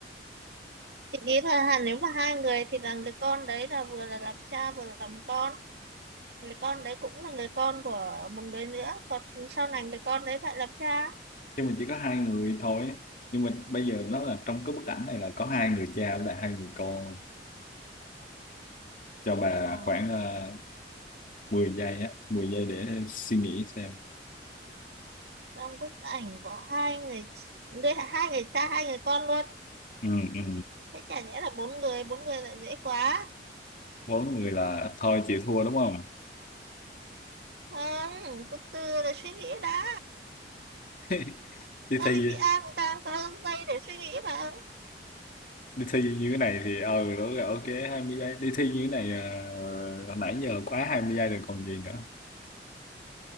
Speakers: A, on the right (about 65°); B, on the left (about 50°).
A: Thì ý là hà- nếu mà hai người thì là người con đấy là vừa là làm cha vừa là làm con. Người con đấy cũng là người con của một người nữa. Còn sau này người con đấy lại làm cha.
B: chứ mình chỉ có hai người thôi nhưng mà bây giờ nó là trong cái bức ảnh này là có hai người cha với lại hai người con cho bà
A: Ừ.
B: khoảng à, 10 giây á 10 giây để suy nghĩ xem
A: trong bức ảnh có hai người đây hai người cha hai người con luôn
B: ừ, ừ.
A: thế chả nhẽ là bốn người bốn người lại dễ quá
B: Vốn người là thôi chịu thua đúng không
A: không từ từ để suy nghĩ đã
B: <laughs> đi thi
A: Olympia cũng đang có giây để suy nghĩ mà
B: đi thi như thế này thì ờ đúng rồi ok hai mươi giây đi thi như thế này ờ, nãy giờ quá 20 giây rồi còn gì nữa